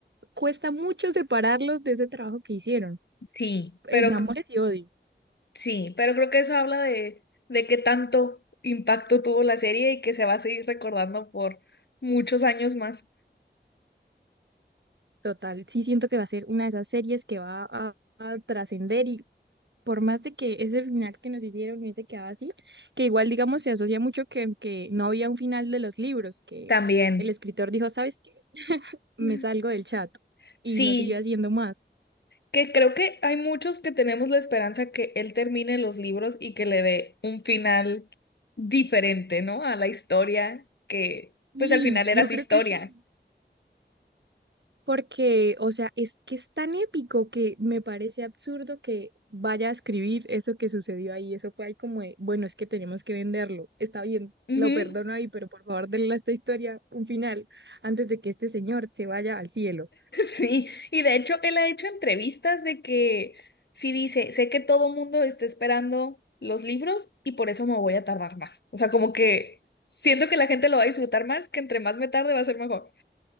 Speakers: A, on the right; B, on the left.
A: cuesta mucho separarlos de ese trabajo que hicieron,
B: Sí,
A: en
B: pero
A: amores y odios.
B: Sí, pero creo que eso habla de, de qué tanto impacto tuvo la serie y que se va a seguir recordando por muchos años más.
A: Total, sí siento que va a ser una de esas series que va a, a trascender y por más de que ese final que nos hicieron hubiese quedado así, que igual digamos se asocia mucho que, que no había un final de los libros, que
B: También.
A: el escritor dijo, ¿sabes qué? Me
B: <laughs>
A: salgo del chat
B: Sí,
A: y no siguió haciendo más.
B: que creo que hay muchos que tenemos la esperanza que él termine los libros y que le dé un final diferente, ¿no? A la historia, que
A: Y
B: pues al final era
A: yo
B: su
A: creo
B: historia.
A: que sí, Porque, o sea, es que es tan épico que me parece absurdo que vaya a escribir eso que sucedió ahí. Eso fue ahí como de, bueno, es que tenemos que venderlo. Está bien,
B: Ujú.
A: lo perdono ahí, pero por favor denle a esta historia un final antes de que este señor se vaya al cielo.
B: Sí, y de hecho él ha hecho entrevistas de que sí dice, sé que todo mundo está esperando los libros y por eso me voy a tardar más. O sea, como que siento que la gente lo va a disfrutar más, que entre más me tarde va a ser mejor.